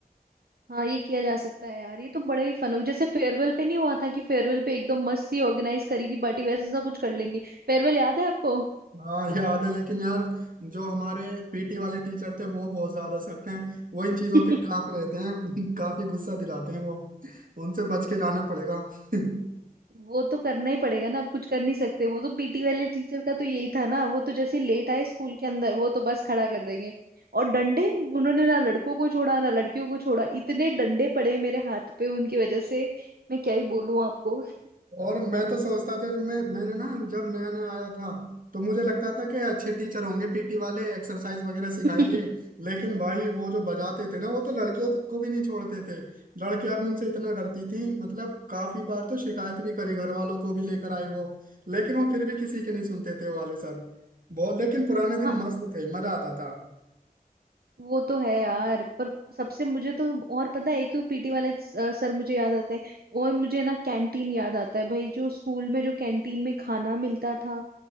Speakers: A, on the right; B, on the right.
A: हाँ ये किया जा सकता है यार ये तो बड़ा ही फन हो जैसे फेयरवेल पे नहीं हुआ था कि फेयरवेल पे एकदम मस्त सी ऑर्गेनाइज करी थी पार्टी वैसा सा कुछ कर लेंगे फेयरवेल याद है आपको
B: हाँ याद है लेकिन यार जो हमारे पीटी वाले टीचर थे वो बहुत ज्यादा सख्त हैं वो इन
A: <laughs>
B: चीजों के खिलाफ रहते हैं <laughs> काफी गुस्सा दिलाते हैं वो उनसे बच के जाना पड़ेगा <laughs>
A: वो तो करना ही पड़ेगा ना अब कुछ कर नहीं सकते वो तो पीटी वाले टीचर का तो यही था ना वो तो जैसे लेट आए स्कूल के अंदर वो तो बस खड़ा कर देंगे और डंडे उन्होंने ना लड़कों को छोड़ा ना लड़कियों को छोड़ा इतने डंडे पड़े मेरे हाथ पे उनकी वजह से मैं क्या ही बोलूं आपको
B: और मैं तो सोचता था जब मैं मैंने ना जब नया नया आया था तो मुझे लगता था कि अच्छे टीचर होंगे पीटी वाले एक्सरसाइज वगैरह सिखाएंगे
A: <laughs>
B: लेकिन भाई वो जो बजाते थे ना वो तो लड़कियों को भी नहीं छोड़ते थे लड़कियां भी उनसे इतना डरती थी मतलब काफी बार तो शिकायत भी करी घर वालों को भी लेकर आए वो लेकिन वो फिर भी किसी की नहीं सुनते थे वो वाले सर बहुत लेकिन पुराने
A: हाँ
B: दिन मस्त थे मजा आता था
A: वो तो है यार पर सबसे मुझे तो और पता है एक तो पीटी वाला अ, सर मुझे याद आता है और मुझे ना कैंटीन याद आता है भाई जो स्कूल में जो कैंटीन में खाना मिलता था